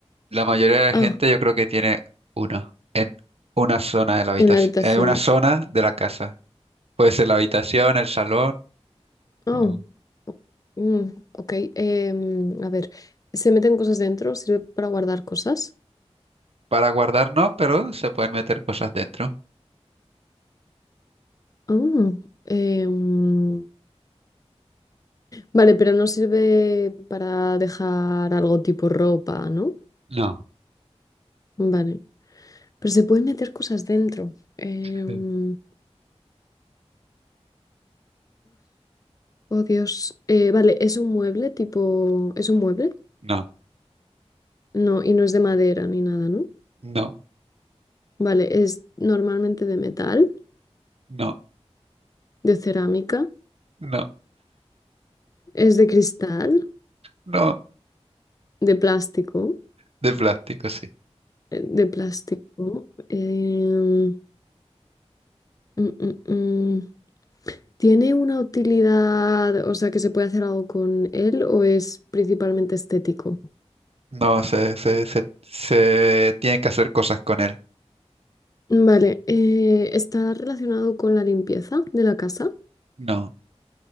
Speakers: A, on the right; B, on the left.
A: La mayoría de la
B: Ah,
A: gente yo creo que tiene uno en una zona de la habitación,
B: en la habitación.
A: en una zona de la casa. Puede ser la habitación, el salón.
B: Oh,
A: o-
B: o- mm, ok. em, a ver, ¿se meten cosas dentro? ¿Sirve para guardar cosas?
A: Para guardar no, pero se pueden meter cosas dentro.
B: Ah, em, vale, pero no sirve para dejar algo tipo ropa, ¿no?
A: No,
B: Vale, pero se pueden meter cosas dentro. Em,
A: sí.
B: Oh, Dios. Eh, vale, es un mueble tipo... ¿Es un mueble?
A: no,
B: No, y no es de madera ni nada, ¿no?
A: no,
B: Vale, es normalmente de metal,
A: no,
B: de cerámica,
A: no,
B: es de cristal,
A: no.
B: de plástico,
A: De plástico, sí.
B: eh, de plástico. em, mm, mm, mm. ¿Tiene una utilidad, o sea, que se puede hacer algo con él o es principalmente estético?
A: No, se, se, se, se tienen que hacer cosas con él.
B: Vale, eh, ¿está relacionado con la limpieza de la casa?
A: No,